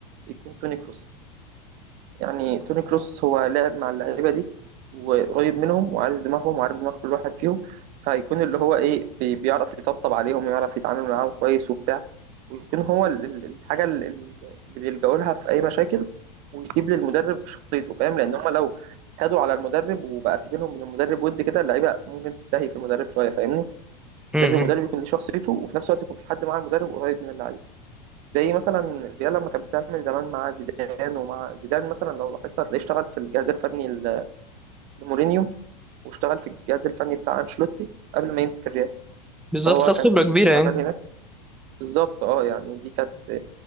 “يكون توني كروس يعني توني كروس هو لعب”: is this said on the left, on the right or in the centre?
Right